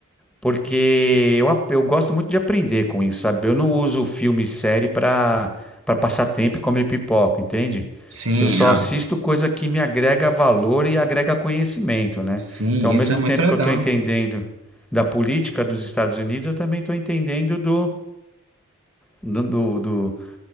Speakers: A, in the centre; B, on the right (about 65°).
A: porque eu, ap- eu gosto muito de aprender com isso, sabe? Eu não uso filme e série para para passar tempo e comer pipoca, entende?
B: Sim,
A: Eu só
B: ah,
A: assisto coisa que me agrega valor e agrega conhecimento, né?
B: sim,
A: Então, ao mesmo
B: isso é muito
A: tempo
B: legal.
A: que eu estou entendendo da política dos Estados Unidos, eu também estou entendendo do, do, do- do-